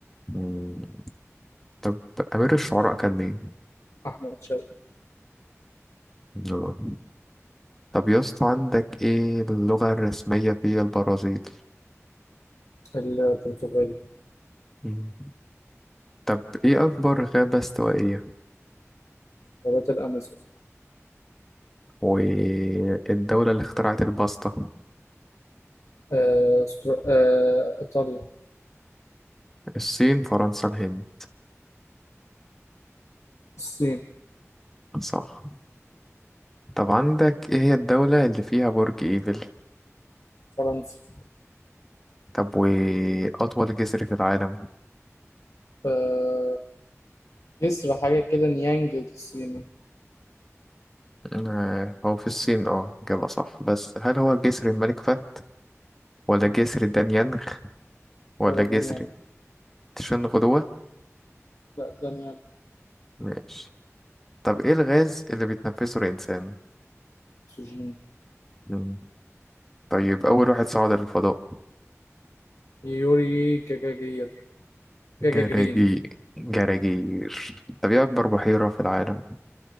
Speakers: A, in the centre; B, on the left.
A: مم. طب امير الشعراء كان مين
B: احمد شوقي
A: لا. طب يا اسطى عندك ايه اللغة الرسمية في البرازيل
B: البرتغالي
A: مم. طب ايه أكبر غابة استوائية
B: غابات الامازون
A: والدولة اللي اخترعت الباستا
B: آه... استر... آه... ايطاليا
A: الصين فرنسا الهند
B: الصين
A: صح طب عندك ايه هي الدولة اللي فيها برج ايفل
B: فرنسا
A: طب وأطول جسر في العالم
B: آه، جسر حاجة كده نيانج الصيني
A: آه، هو في الصين اه إجابة صح بس هل هو جسر الملك فهد ولا
B: مم.
A: جسر دانيانغ ولا
B: هو
A: جسر
B: ده نيانج
A: تشنغدوا
B: لا ده نيانج
A: ماشي طب ايه الغاز اللي بيتنفسه الإنسان
B: سجين
A: مم. طيب أول واحد صعد للفضاء
B: يوري جاجاجير
A: جراجي
B: جاجاجرين
A: جراجير طب إيه أكبر بحيرة في العالم؟